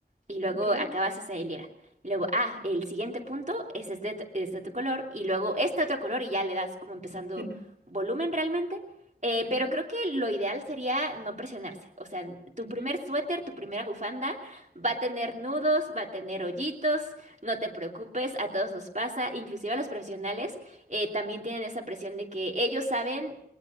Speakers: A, on the right; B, on the right.
A: y luego
B: ok.
A: acabas esa hilera. Y luego, ah, el siguiente punto es este, t- este otro color y luego este otro color y ya le das como empezando
B: <laughs>
A: volumen realmente. Eh,
B: Ujú,
A: pero creo que lo ideal sería no presionarse. O sea, tu
B: ujú,
A: primer suéter, tu primera bufanda va a tener nudos, va a tener hoyitos, no te preocupes, a todos nos pasa, inclusive a los profesionales eh, también tienen esa presión de que ellos saben